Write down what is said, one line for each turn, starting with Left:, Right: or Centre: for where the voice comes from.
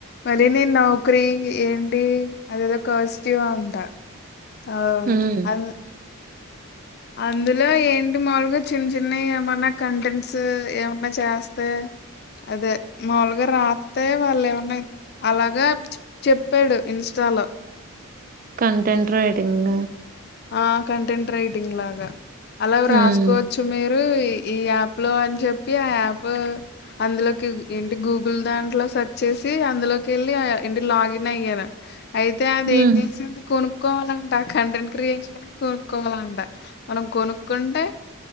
Left: మళ్ళీ నేను నౌకరీ ఏంటి అదేదో కాజిటివ్ ఉంటా అవు
Right: హ్మ్
Left: అ అందులో ఏంటి మాములుగా చిన్న చిన్న ఏమన్నా కంటెంట్స్ ఏమన్నా చేస్తే అదే మాములుగా రాత్తే వాళ్ళు ఏమన్నా అలాగా చెప్పాడు ఇన్స్ట చలో
Right: కంటెంట్ రైటింగ్
Left: ఆ కంటెంట్ రైటింగ్ లాగా అలా
Right: హ్మ్.
Left: రాసుకోవచ్చు మీర్ ఈ యాప్ లో అని చెప్పి ఆ యాప్ అందులోకి ఏంటి గూగుల్ దాంట్లో సర్చ్ చేసి అందులోకి వెళ్ళి ఇంటి లాగిన్ అయ్యాను. అయితే అదేం
Right: హ్మ్.
Left: చేసింది. కొనుక్కోవాలంట ఆ కంటెంట్ క్రిన్ కొనుక్కోవాలంట మనం కొనుక్కుంటే